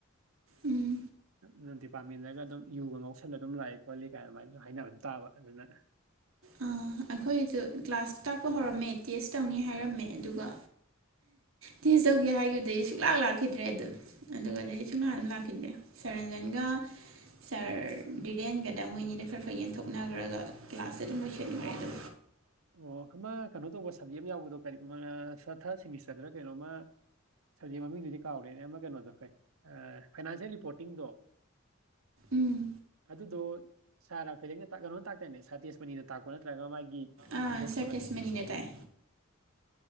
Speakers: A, on the right; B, on the right.
A: ꯎꯝ
B: <unintelligible> ꯄꯥꯝꯃꯤꯟꯅꯒ ꯗꯨꯝ ꯌꯨꯒ ꯉꯧꯁꯜꯂ ꯗꯨꯝ ꯂꯥꯛꯏ ꯈꯣꯠꯂꯤ ꯀꯥꯏ ꯗꯨꯃꯥꯏꯟꯁꯨ ꯍꯥꯏꯅꯕ ꯗꯨꯝ ꯇꯥꯕ ꯑꯗꯨꯅ
A: ꯑꯩꯈꯣꯏꯁꯨ <unintelligible> ꯍꯧꯔꯝꯃꯦ ꯇꯦꯁ ꯇꯧꯅꯤ ꯍꯥꯏꯔꯝꯃꯦ ꯑꯗꯨꯒ ꯇꯦꯁ ꯇꯧꯒꯦ ꯍꯥꯏꯒꯤꯞꯗꯩ ꯁꯨꯛꯂꯥꯛ ꯂꯥꯛꯈꯤꯗ꯭ꯔꯦ ꯑꯗꯨ ꯑꯗꯨꯒꯗꯤ ꯁꯨꯛꯂꯥꯛ ꯂꯥꯛꯈꯤꯗ꯭ꯔꯦ ꯁ꯭ꯔ ꯔꯦꯂꯦꯟꯒ ꯁꯥꯔ ꯗꯤꯔꯦꯟꯒꯗ ꯃꯣꯏꯅꯤꯗ ꯈ꯭ꯔ ꯈ꯭ꯔ ꯌꯦꯟꯊꯣꯛꯅꯒ꯭ꯔꯒ ꯀ꯭ꯂꯥꯁꯁꯦ ꯗꯨꯝ ꯂꯣꯏꯁꯤꯟꯒ꯭ꯔꯦ ꯑꯗꯨ
B: ꯑꯣ ꯀꯃꯥ ꯀꯅꯣ ꯇꯧꯕ ꯁꯕꯖꯦꯛ ꯑꯝ ꯌꯥꯎꯕꯗꯣ ꯀꯔꯤ ꯃꯥ ꯊ ꯊ꯭ꯔꯠ ꯁꯦꯃꯤꯁꯇ꯭ꯔꯗꯔ ꯀꯩꯅꯣꯝꯃ ꯁꯕꯖꯦꯛ ꯃꯃꯤꯡꯗꯨꯗꯤ ꯀꯥꯎꯔꯦꯅꯦ ꯑꯃ ꯀꯅꯣꯗꯣ ꯀꯩ ꯑꯥ ꯐꯥꯏꯅꯥꯟꯁꯌꯦꯜ ꯔꯤꯄꯣꯔꯇꯤꯡꯗꯣ
A: ꯎꯝ
B: ꯑꯗꯨꯗꯣ ꯁ꯭ꯔ ꯔꯥꯐꯦꯂꯤꯡꯅ ꯇꯥꯛ ꯀꯅꯣꯅ ꯇꯥꯛꯇꯥꯏꯅꯦ ꯁ꯭ꯔ ꯇꯦꯖꯃꯅꯤꯅ ꯇꯥꯛꯄ ꯅꯠꯇ꯭ꯔꯒ ꯃꯥꯒꯤ
A: ꯑꯥ
B: ꯔꯤꯁꯔꯁ
A: ꯁ꯭ꯔ
B: ꯀꯣꯂꯔ
A: ꯀꯦꯁꯃꯅꯤꯅ ꯇꯥꯛꯑꯦ